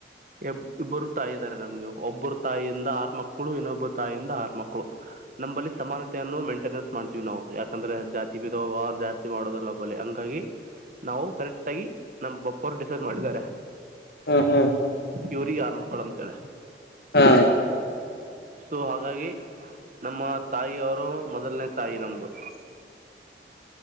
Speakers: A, on the right (about 45°); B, on the left (about 65°).
A: ಬ್ ಇಬ್ಬರು ತಾಯಿ ಇದ್ದಾರೆ ನಮ್ಗೆ ಒಬ್ಬರು ತಾಯಿಯಿಂದ ಆರ್ ಮಕ್ಳು ಇನ್ನೊಬ್ಬರು ತಾಯಿಯಿಂದ ಆರ್ ಮಕ್ಳು ನಂಬಲ್ಲಿ ಸಮಾನತೆಯನ್ನು ಮೇಂಟೆನೆನ್ಸ್ ಮಾಡ್ತೀವಿ ನಾವು ಯಾಕಂದ್ರೆ ಜಾತಿ ಬೀದ ವ ಜಾಸ್ತಿ ಮಾಡೋದಲ್ಲ ಬ ಹಾಗಿ ನಾವು ಕರೆಕ್ಟ್ ಆಗಿ ನಮ್ಮ ಬಪ್ಪರು ಡಿಸಸ್ ಮಾಡಿದ್ದಾರೆ
B: ಹ್ಮ್ ಹ್ಮ್
A: ಇವಿಗೆ ಯಾರ ಮಕ್ಕಳು ಅಂತೇಳ
B: ಹಾ
A: ಸೊ ಹಾಗಾಗಿ ನಮ್ಮ ತಾಯಿಯವರು ಮೊದಲನೇ ತರ್ದು